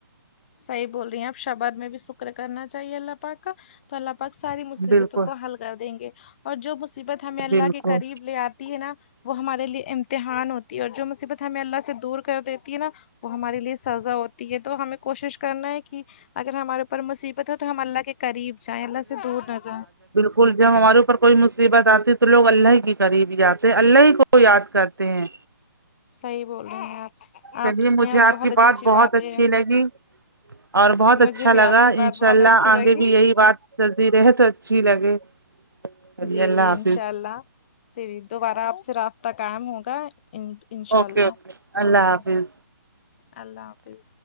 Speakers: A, on the left; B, on the right.
A: صحیح بول رہی ہیں آپ صبر میں بھی شکر کرنا چاہیے اللہ پاک تو الله پاک ساری مصیبتوں
B: بالکل
A: کو حل کر دیں گے اور جو مصیبت ہمیں اللہ
B: بالکل
A: کے قریب لے آتی ہے نا وہ ہمارے لیے امتحان ہوتی ہے اور جو مصیبت ہمیں اللہ سے دور کر دیتی ہے نا وہ ہمارے لیے سزا ہوتی ہے تو ہمیں کوشش کرنا ہے کہ اگر ہمارے اوپر مصیبت ہو تو ہم اللہ کے قریب جائیں اللہ سے دور نہ جائیں
B: پ جب ہمارے اوپر کوئی مصیبت آتی ہے تو لوگ اللہ کے قریب جاتے ہیں اللہ کو یاد کرتے ہیں
A: صحیح بول رہے ہیں آپ
B: چلیے مجھے
A: نے آج بہت
B: آپ کی
A: اچھی
B: بات
A: اچھی
B: بہت
A: باتیں
B: اچھی لگی اور بہت
A: مجھے
B: اچھا
A: بھی آپ
B: لگا
A: کی بات
B: ان
A: بہت
B: شاء اللہ
A: اچھی لگی
B: آگے بھی یہی بات چلتی رہے تو اچھی لگے چلیے
A: جی
B: اللہ
A: جی انشاء
B: حافظ
A: اللہ جی دوبارہ آپ سے رابطہ قائم ہوگا ان انشاء
B: اوکے اوکے اللہ
A: آمین
B: حافظ
A: اللہ حافظ